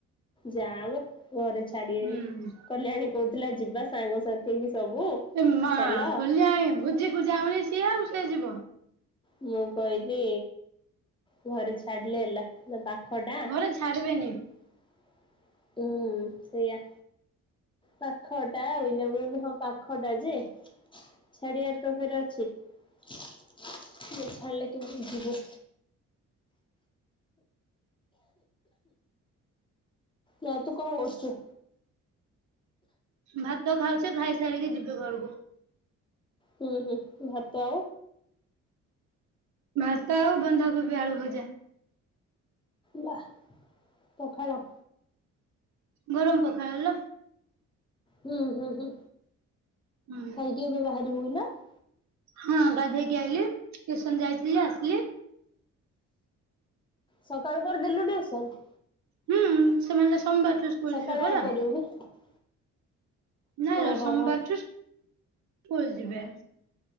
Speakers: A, on the left; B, on the right.
A: ଯାଆମ ଘରେ ଛାଡିିବେନି
B: ହୁଁ। ହୁଁ।
A: କଲ୍ୟାଣୀ କୋଉ କହୁଥିଲା ଯିବା ସାଙ୍ଗସାଥି ହେଇକି ସବୁ।
B: ହେ ମା
A: ଚାଲ
B: କଲ୍ୟାଣୀ ଭୋଜିକୁୁ ଜାଉନି ସିଏ ଆଉ ସିଏ ଯିବ।
A: ମୁଁ କହିଲି ଘରେ ଛାଡିଲେ ହେଲା। ନା ପାଖଟା
B: ଘରେ ଛାଡିବେନି
A: ହୁଁ ସେଇଆ। ପାଖଟା ଓଇଲା ମୁଁ କହିଲି ହ ପାଖଟା ଯେ ଛାଡିଆ ତ ଫେରେ ଅଛି। ନଛାଡ଼ିଲେ କେମିତି ଜିିବୁ। ନାଁ ତୁ କଣ ହସୁଛୁ।
B: ଭାତ ଖାଉଛି ଖାଇ ସାରିକି ଯିଵି ଘରକୁ।
A: ସେ <unintelligible> ଭାତ।
B: ଭାତ ଆଉ ବନ୍ଧାକୋବି ଆଳୁ ଭଜା।
A: ୱା ପଖାଳ।
B: ଗରମ୍ ପଖାଳଲ
A: ହୁଁ ହୁଁ ହୁଁ
B: ହୁଁ
A: ଖାଇକି ଏବେ ବାହାରିବୁ <unintelligible>
B: ହଁ ଗାଧେଇକି ଆଇଲି ଟ୍ୟୁସନ ଯାଇଥିଲି ଆସିଲି।
A: ସକାଳୁ କର ଦେଲୁ ଟ୍ୟୁସନ।
B: ହୁଁ ସେମାନେ ସୋମବାର ଠୁ ସ୍କୁଲ
A: ସକାଳେ
B: ଯିବେ ପରା?
A: <unintelligible>
B: ନାଁ ଲୋ
A: ଓହୋ
B: ସୋମବାର
A: ହୋ
B: ଠୁ ସ୍କୁଲ୍ ଯିବେ।